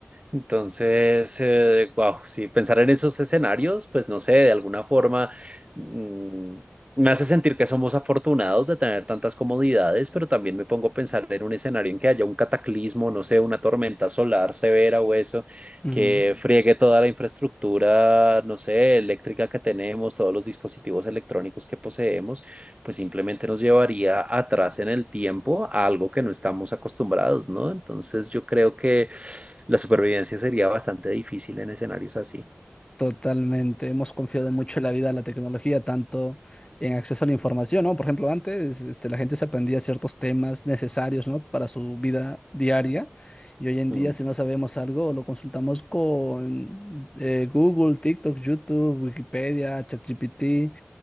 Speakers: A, on the right; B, on the left.
A: Entonces, eh, wow, sí, pensar en esos escenarios, pues no sé, de alguna forma mm, me hace sentir que somos afortunados de tener tantas comodidades, pero también me pongo a pensar en un escenario en que haya un cataclismo, no sé, una tormenta solar severa o eso,
B: Mm,
A: que friegue toda la infraestructura, no sé, eléctrica que tenemos, todos los dispositivos electrónicos que poseemos pues simplemente nos llevaría atrás en el tiempo a algo que no estamos acostumbrados, ¿no? Entonces yo creo que la supervivencia sería bastante difícil en escenarios así.
B: Totalmente. Hemos confiado mucho en la vida, en la tecnología, tanto en acceso a la información, ¿no? Por ejemplo, antes, este, la gente se aprendía ciertos temas necesarios, ¿no? Para su vida diaria. Y hoy en día,
A: Mm.
B: si no sabemos algo, lo consultamos con eh, Google, TikTok, YouTube, Wikipedia, ChatGPT.